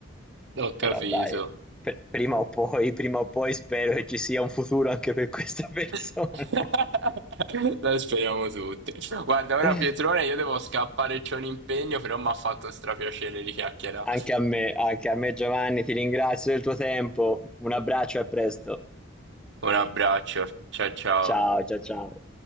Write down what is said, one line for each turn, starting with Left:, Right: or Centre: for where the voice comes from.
Right: ho
Centre: però
Right: capito.
Centre: dai, per- prima o poi, prima o poi spero che ci sia un futuro anche per queste persone.
Right: <laughs> Dai, speriamo tutti. Guarda, ora
Centre: <laughs>
Right: Pietrone, io devo scappare, c'ho un impegno, però mi ha fatto strapiacere di chiacchierare.
Centre: Anche a me, anche a me Giovanni, ti ringrazio del tuo tempo, un abbraccio e a presto.
Right: Un abbraccio, ciao ciao.
Centre: Ciao, ciao, ciao.